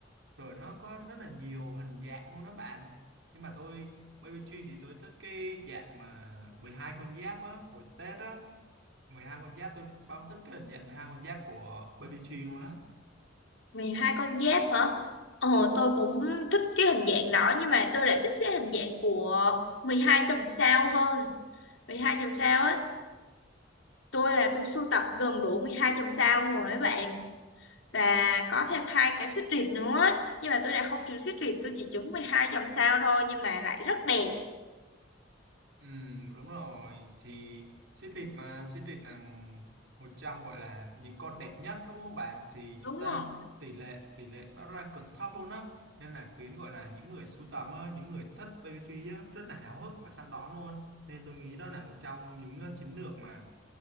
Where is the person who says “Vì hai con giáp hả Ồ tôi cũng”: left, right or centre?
Left